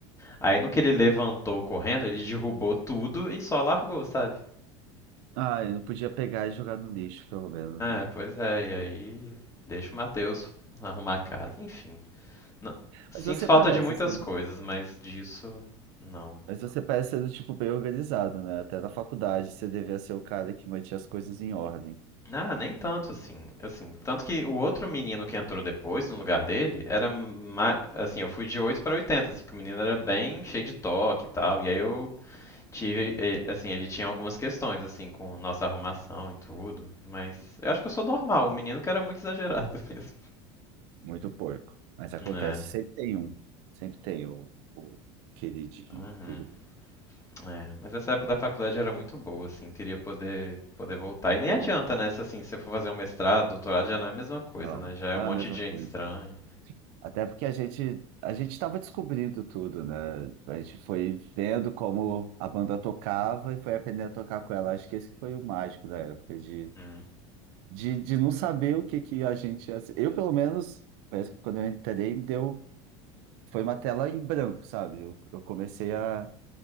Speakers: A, on the left; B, on the right.
A: Aí no que ele levantou correndo, ele derrubou tudo e só largou, sabe?
B: Ai, não podia pegar e jogar no lixo, pelo menos, né?
A: É, pois é, e aí deixa o Matheus arrumar a casa, enfim. Não- Sinto
B: Mas você
A: falta
B: parece,
A: de muitas
B: ser-
A: coisas, mas disso não.
B: mas você parece ser do tipo bem organizado, né? Até na faculdade você devia ser o cara que mantinha as coisas em ordem.
A: Ah, nem tanto assim. Assim, tanto que o outro menino que entrou depois no lugar dele era ma- assim, eu fui de 8 para 80, assim, que o menino era bem cheio de toque e tal, e aí eu tive, e- assim, ele tinha algumas questões assim com nossa arrumação e tudo, mas eu acho que eu sou normal, o menino que era muito exagerado <laughs> mesmo.
B: Muito porco. Mas acontece,
A: É.
B: sempre tem um. Sempre tem o, o queridinho
A: Uhum.
B: do grupo.
A: É, mas essa época da faculdade era muito boa, assim, queria poder poder voltar. E nem
B: Ou-
A: adianta, né? Se assim, se você for fazer um mestrado, doutorado, já não é a mesma coisa,
B: Não,
A: né? Já é
B: não
A: um monte
B: é a mesma
A: de gente
B: coisa.
A: estranha.
B: Até porque a gente a gente estava descobrindo tudo, né? A gente foi vendo como a banda tocava e foi aprendendo a tocar com ela. Acho que esse que foi o mágico da época, de,
A: Hum,
B: de, de não saber o que que a gente ia ser. Eu, pelo menos, parece que quando eu entrei, me deu, foi uma tela em branco, sabe? Eu, eu comecei a,